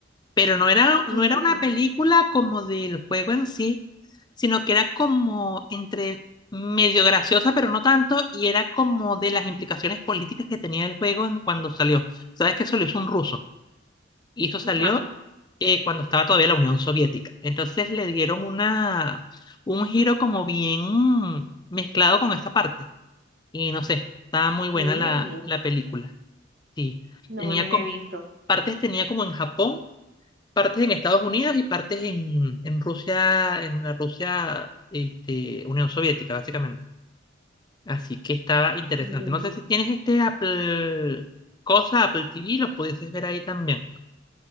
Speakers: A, on the left; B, on the right.
A: Pero no era,
B: Sí.
A: no era una película como del juego en sí, sino que era como entre medio graciosa, pero no tanto, y era como de las implicaciones políticas que tenía el juego en cuando salió. Sabes que eso lo hizo un ruso, y eso salió
B: Ajá.
A: eh, cuando estaba todavía la Unión Soviética. Entonces le dieron una, un giro como bien mezclado con esa parte. Y no sé, estaba muy buena
B: Sí.
A: la, la película. Sí, tenía
B: No, no
A: como,
B: la he visto.
A: partes tenía como en Japón partes en Estados Unidos y partes en, en Rusia, en la Rusia, este, Unión Soviética, básicamente. Así que estaba interesante.
B: Ya.
A: No sé si tienes este Apple cosa, Apple TV, lo pudieses ver ahí también.